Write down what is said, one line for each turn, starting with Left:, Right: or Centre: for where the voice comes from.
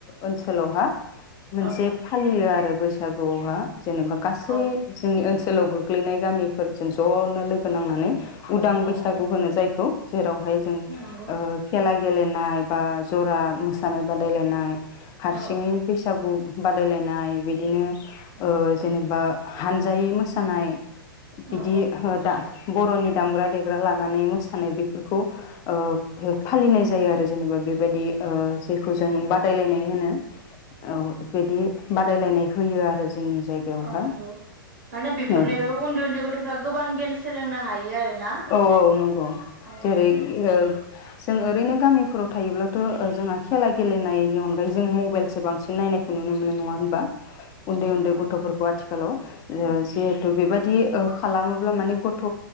Left: ओनसोलावहा मोनसे
Right: ओ औ
Left: फालियो आरो बैसागुआवबा जेनेबा गासै
Right: औ
Left: जोंनि ओनसोल जलाव गोग्लैनाय गामिफोरजों ज'नो लोगो नांनानै। उदां
Right: औ
Left: बैसागु होनो जायखौ जेराव हाय जों
Right: औ नंगौ
Left: खे गेलेनाय बा जरा मोसानाय बादायलायनाय हारसिङै
Right: औ
Left: बैसागु बादायलायनाय बिदिनो ओ जेनेबा हानजायै मोसानाय। बिदि
Right: औ औ
Left: हो दा बर'नि दामग्रा देग्रा लानानै मोसानाय बेफोरखौ ओ फालिनाय जायो आरो जेनेबा बेबायदि ओ जेखौ जों बादायलायनाय होनो औ बिदि बादायलायनाय होयो आरो जोंनि जायगायावहा
Right: नंगौ माने बेफोरनि
Left: औ
Right: बे उन्दै उन्दै गथ'फ्रा गोबां गियान सोलोंनो हायो आरो ना
Left: औ औ नंगौ
Right: औ
Left: जेरै
Right: औ
Left: ओ जों ओरैनो गामिफोराव थायोब्लाथ' जोंहा खेला गेलेनायनि नि अनगायै जों
Right: औ नंगौ
Left: मबाइलो
Right: नंगौ
Left: बांसिन नाय खुनुनो मोनो नङा होनबा? उन्दै-उन्दै
Right: औ
Left: गथ'फोरखौ आथिखालाव ओ
Right: उम
Left: जेहेथु बेबायदि बिदि ओ खालामोब्ला माने गथ'